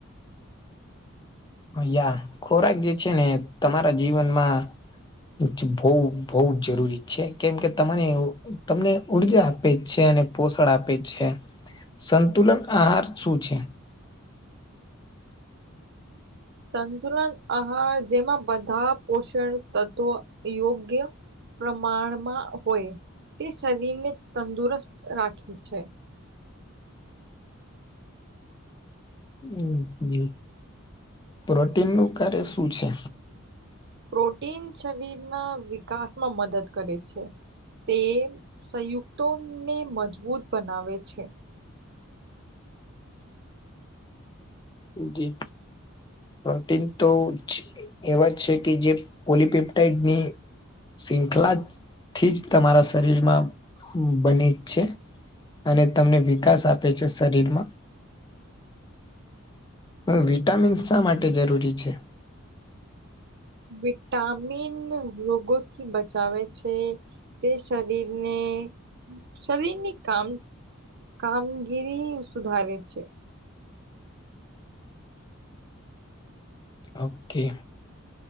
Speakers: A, on the left; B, on the right.
A: યા ખોરાક જે છે ને તમારા જીવનમાં બહ બઉુ જરૂરી છે કેમ કે તમારે તમને ઉર્જા આપે જ છે અને પોષણ આપે છે. સંતુલન આહાર શું છે.
B: સંતુલન આહાર જેમાં બધા પોષણ તત્વો યોગ્ય પ્રમાણમાં હોય તે શરીરને તંદુરસ્ત રાખે છે.
A: હમ પ્રોટીન નું કાર્ય શું છે.
B: પ્રોટીન શરીરના વિકાસમાં મદદ કરે છે. તે સંયુક્તોને મજબૂત બનાવે છે.
A: જી પ્રોટીન તો એવા જ છે કે જે પોલીપેપ્ટાઈડની શૃંખલા થી જ તમારા શરીરમાં બની જ છે. અને તમને વિકાસ આપે છે, શરીર માં હ વિટામિન શા માટે જરૂરી છે.
B: વિટામિન રોગોથી બચાવે છે. તે શરીરને શરીરની કામ કામગીરી સુધારે છે.
A: ઓકે